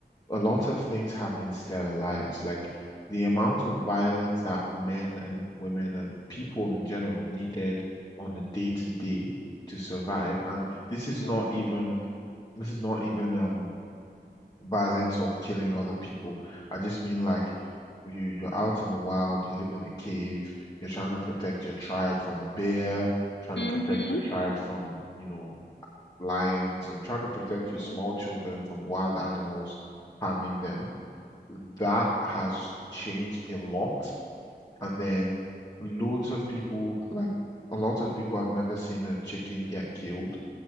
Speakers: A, on the left; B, on the left.
A: a lot of things have been sterilized. Like the amount of violence that men and women and people in general needed on a day to day to survive. And this
B: Mhm.
A: is not even this is not even um violence of killing other people. I just mean like you you're out in the wild, you live in a cave, you're trying to protect your tribe from a bear, trying
B: Mhm.
A: to protect your tribe from, you know, lions and trying to protect your
B: Mhm.
A: small children from wild animals harming them. That has changed a lot. And then loads of people like a lot of people I've never seen a chicken get killed.